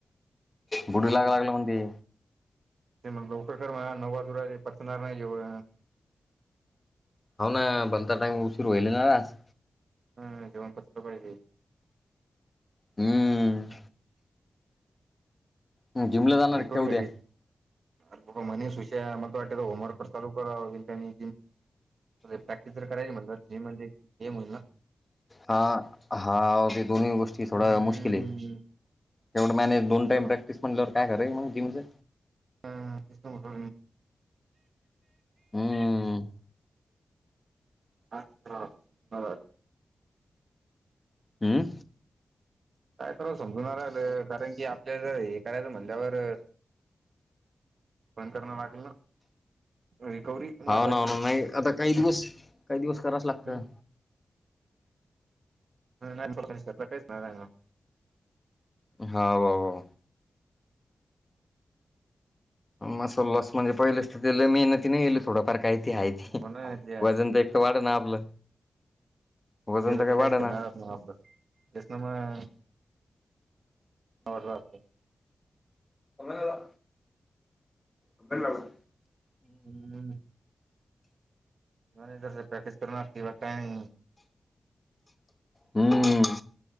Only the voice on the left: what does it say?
बुडू लाग लागलं म्हण ते
होा ना बनता टाईम उशीरू वईल नाज
हम्म ह जिमला जाणार
का उद्या
हा हा ते दोन्ही गोष्टी थोडा
मुश्किल आहे एवढं मॅनेस दोन
टाइम प्रॅक्टिस म्हणल्यावर काय कराय मग जिमचं
हम्म
हम्म
हा हो
नाही आता काही दिवस काही दिवस कराच लागतं
हा वा वा म सल्लास म्हणजे पहिलेच तर मेहनती नाही येईल थोडंफार काहीती आहे त
वजन
तर एकटं वाढ ना आपलं वजन
काही
वाढ
ना
सनाला अपन वा
हम्म